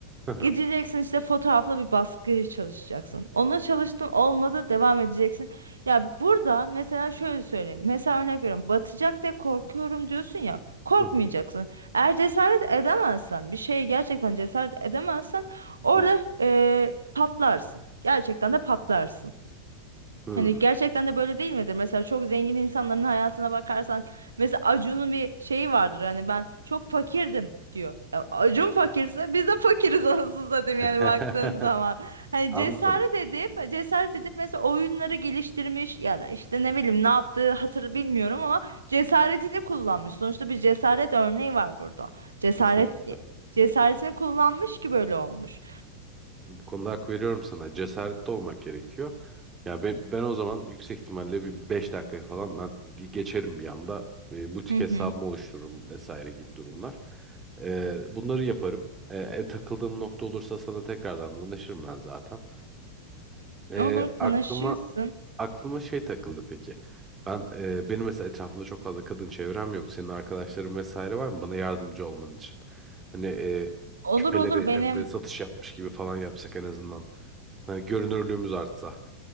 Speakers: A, on the right; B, on the right.
A: hı.
B: Gideceksin işte fotoğrafla bir baskı çalışacaksın. Ona çalıştın olmadı devam edeceksin. Ya burada mesela şöyle söyleyeyim. Mesela örnek veriyorum. Batacak diye korkuyorum diyorsun ya. Korkmayacaksın.
A: Hı hı.
B: Eğer cesaret edemezsen bir şeye gerçekten cesaret edemezsen orada
A: Hı hı.
B: eee, patlarsın. Gerçekten de patlarsın.
A: Hmm.
B: Hani gerçekten de böyle değil midir? Mesela çok zengin insanların hayatına bakarsan mesela Acun'un bir şeyi vardır. Hani ben çok fakirdim diyor. Ya Acun fakirse biz de fakiriz <laughs> anasını satayım
A: <laughs>
B: yani baktığın zaman. Hani
A: Anladım.
B: cesaret edip cesaret edip mesela oyunları geliştirmiş ya da işte ne bileyim ne yaptığı hatır bilmiyorum ama cesaretini kullanmış. Sonuçta bir cesaret örneği var burada. Cesaret
A: Kesinlikle.
B: cesaretini kullanmış ki böyle olmuş.
A: Bu konuda hak veriyorum sana. Cesaretli olmak gerekiyor. Ya ben, ben o zaman yüksek ihtimalle bir 5 dakikaya falan ben ge- geçerim bir anda. E, butik
B: Hı
A: hesabımı
B: hı.
A: oluştururum vesaire gibi durumlar. E, bunları yaparım. E, e, takıldığım nokta olursa sana tekrardan danışırım ben zaten. E,
B: Olur tanışırsın.
A: aklıma aklıma şey takıldı peki. Ben e, benim mesela etrafımda çok fazla kadın çevrem yok. Senin arkadaşların vesaire var mı bana yardımcı olman için? Hani e,
B: Olur
A: küpeleri
B: olur benim
A: hani böyle satış yapmış gibi falan yapsak en azından. Hani görünürlüğümüz artsa.